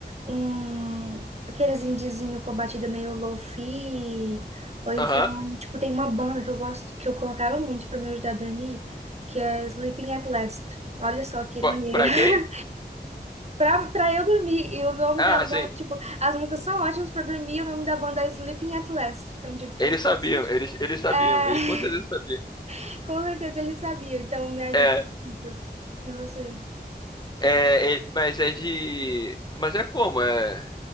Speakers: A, on the right; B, on the left.
A: um aqueles indiezinho com a batida meio lofi ou então,
B: Aham.
A: tipo, tem uma banda que eu gosto, que eu colocava muito pra me ajudar a dormir, que é Sleeping at Last. Olha só que
B: Qu-
A: ironia.
B: Pra
A: <laughs>
B: quem?
A: Pra, pra eu dormir, e o nome
B: Ah,
A: da
B: sim.
A: banda, tipo, as músicas são ótimas pra dormir, e o nome da banda é Sleeping at Last. Então, tipo,
B: Eles
A: faz todo
B: sabiam,
A: sentido.
B: eles, eles sabiam,
A: É,
B: eles com certeza sabiam.
A: <laughs> com certeza ele sabia, então me ajuda
B: É,
A: muito. E você?
B: é, é, mas é de. Mas é como? É,